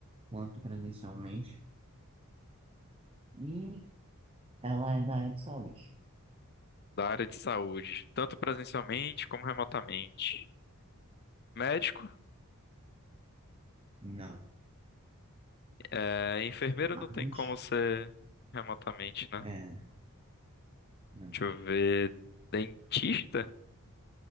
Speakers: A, on the right (about 25°); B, on the left (about 45°).
A: quanto presencialmente. E ela é da área de saúde?
B: Da área de saúde, tanto presencialmente como remotamente. Médico,
A: Não.
B: é, enfermeiro
A: Mas,
B: não tem como ser remotamente, né?
A: é, não.
B: Deixa eu ver. Dentista?